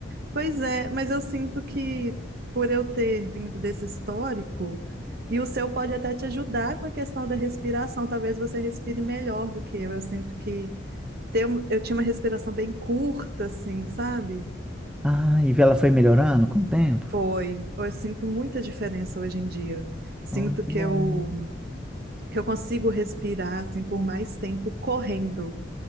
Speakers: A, on the right; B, in the centre.
A: Pois é, mas eu sinto que por eu ter vindo desse histórico, e o seu pode até te ajudar com a questão da respiração, talvez você respire melhor do que eu. Eu sinto que ter um- eu tinha uma respiração bem curta, assim, sabe?
B: Ah, e ela foi melhorando com o tempo?
A: Foi. Eu sinto muita diferença hoje em dia. Sinto
B: Oh, que
A: que
B: bom.
A: eu, que eu consigo respirar assim por mais tempo correndo.